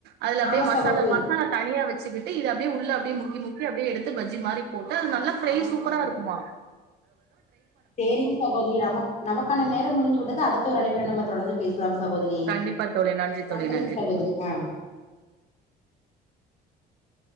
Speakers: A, on the right; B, on the left.
A: அதுல அப்பிடியே
B: ஆமா
A: மசா
B: சகோதரி
A: மசாலா தனியா வச்சு எடுத்து அப்பிடியே உள்ள அப்பிடியே முக்கி முக்கி அப்பிடியே எடுத்து பஜ்ஜி மாரி போட்டு அது நல்லா ஃப்ரை
B: ஆமாங்க
A: சூப்பரா
B: சகோதரி
A: இருக்குமா
B: சேரிங்க சகோதரி நம்ம நமக்கான நேரம் முடிஞ்சு விட்டது அடுத்த ஒரு அழப்புல நம்ம தொடர்ந்து பேச சகோதிரி
A: கண்டிப்பா தோழி. நன்றி
B: நன்றிங்க
A: தோழி. நன்றி.
B: சகோதிரி
A: ம்.
B: ஆ
A: <inaudible>